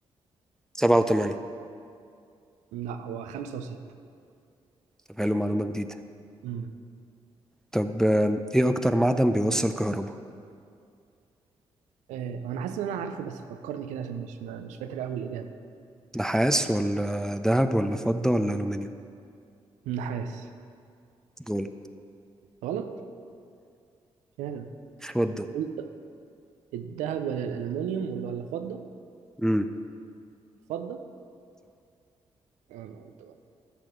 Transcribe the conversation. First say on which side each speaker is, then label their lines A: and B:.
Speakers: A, in the centre; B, on the right.
A: سبعة وثمانية
B: لا هو خمسة وستة
A: طب حلو معلومة جديدة
B: امم
A: طب آه، ايه أكتر معدن بيوصل كهرباء
B: آه، هو أنا حاسس إن أنا عارفه بس فكرني كده عشان مش ما- مش فاكر أوي الإجابة
A: نحاس ولا ذهب ولا فضة ولا ألومنيوم
B: النحاس
A: جول
B: غلط فعلا
A: فضة
B: قلت الذهب ولا الألمنيوم ولا ولا الفضة
A: امم
B: الفضة آه، أنا قلت بقى